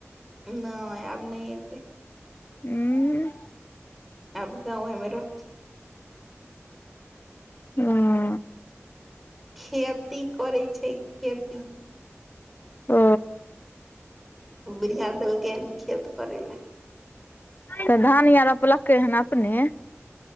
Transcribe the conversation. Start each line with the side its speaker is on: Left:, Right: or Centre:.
Centre: नहि आब नहि एतै
Left: हू
Centre: आब गाँंवे मे रहते
Left: ह
Centre: खेती करै छै खेती
Left: ओ
Centre: बिरििया देलके खियत करलै
Left: तऽ धान आ रोपलकै हन अपने